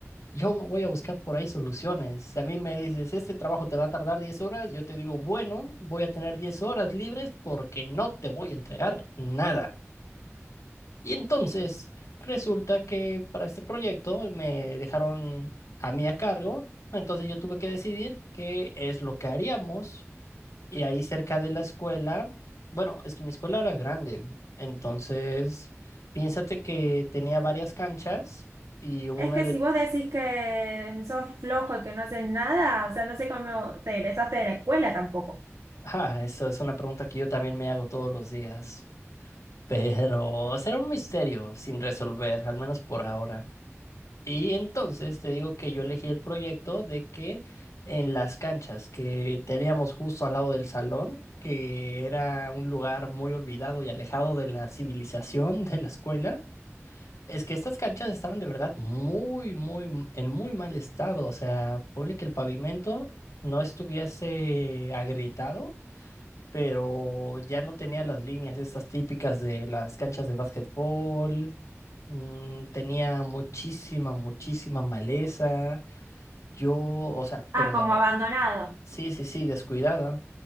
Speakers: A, on the left; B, on the right.
A: Yo no voy a buscar por ahí soluciones. Si a mí me dices, este trabajo te va a tardar 10 horas, yo te digo, bueno, voy a tener 10 horas libres porque no te voy a entregar nada. Y entonces resulta que para este proyecto me dejaron a mí a cargo, entonces yo tuve que decidir qué es lo que haríamos y ahí cerca de la escuela, bueno, es que mi escuela era grande, entonces piénsate que tenía varias canchas y una
B: Es que
A: de...
B: si vos decís que sos flojo y que no haces nada, o sea, no sé cómo te egresaste de la escuela tampoco.
A: Ah, esa es una pregunta que yo también me hago todos los días, pero será un misterio sin resolver, al menos por ahora. Y entonces te digo que yo elegí el proyecto de que en las canchas que teníamos justo al lado del salón, que era un lugar muy olvidado y alejado de la civilización <laughs> de la escuela, es que estas canchas estaban de verdad muy, muy, en muy mal estado. O sea, ponle que el pavimento no estuviese agrietado, pero ya no tenía las líneas estas típicas de las canchas de básquetbol. mm, tenía muchísima, muchísima maleza. Yo, o sea,
B: Ah,
A: pero
B: como
A: de, ver-
B: abandonado.
A: Sí, sí, sí, descuidada.